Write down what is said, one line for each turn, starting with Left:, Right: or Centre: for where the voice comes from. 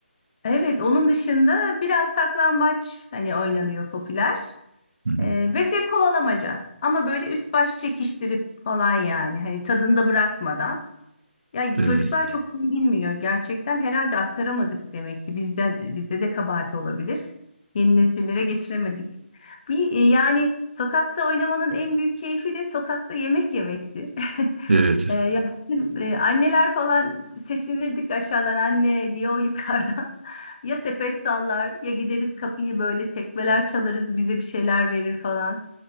Left: evet onun dışında biraz saklambaç hani oynanıyor popüler.
Right: Hı hı.
Left: Ee, ve de kovalamaca. Ama böyle üst baş çekiştirip falan yani. Hani tadında bırakmadan. Ya
Right: Evet,
Left: çocuklar çok iyi bilmiyor gerçekten. Herhalde aktaramadık demek ki. Bizde bizde de kabahat olabilir. Yeni nesillere geçiremedik. Bir, e, yani sokakta oynamanın en büyük keyfi de sokakta yemek yemekti. <laughs>
Right: evet.
Left: E, ya bizim, e, anneler falan seslenirdik aşağıdan anne diye o yukarıdan. <laughs> Ya sepet sallar ya gideriz kapıyı böyle tekmeler çalarız bize bir şeyler verir falan.